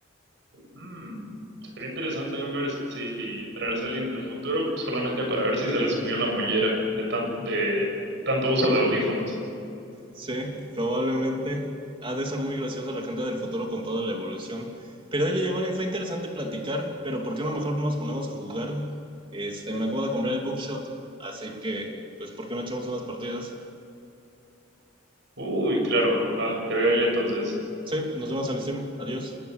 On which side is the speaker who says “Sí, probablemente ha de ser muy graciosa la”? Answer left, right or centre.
Right